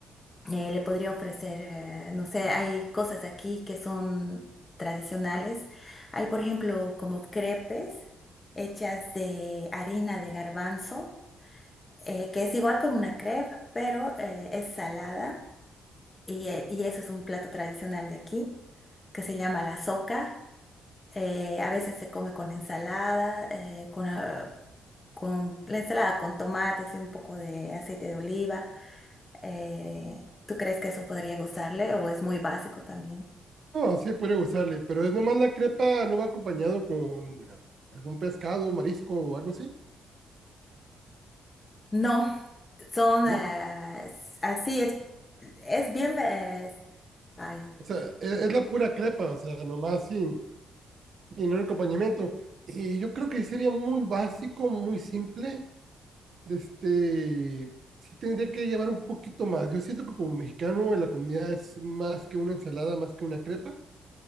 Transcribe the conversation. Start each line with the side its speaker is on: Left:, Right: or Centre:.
Left: eh, le podría ofrecer, eh, no sé, hay cosas aquí que son tradicionales. Hay, por ejemplo, como crepes hechas de harina de garbanzo, eh, que es igual como una crepe, pero eh, es salada. Y, eh, y eso es un plato tradicional de aquí, que se llama la soca. Eh, a veces se come con ensalada, eh, con, ah, con la ensalada con tomates y un poco de aceite de oliva. Eh, ¿tú crees que eso podría gustarle o es muy básico también?
Right: No, sí puede gustarle, pero es nomás la crepa, no va acompañado con algún pescado, marisco o algo así.
Left: No, son
Right: No,
Left: eh, así es, es bien, eh, ay,
Right: o sea, es, es la pura crepa, o sea, nomás sin, sin un acompañamiento. Y yo creo que sería muy básico, muy simple de este, sí tendría que llevar un poquito más. Yo siento que como mexicano la comida es más que una ensalada, más que una crepa,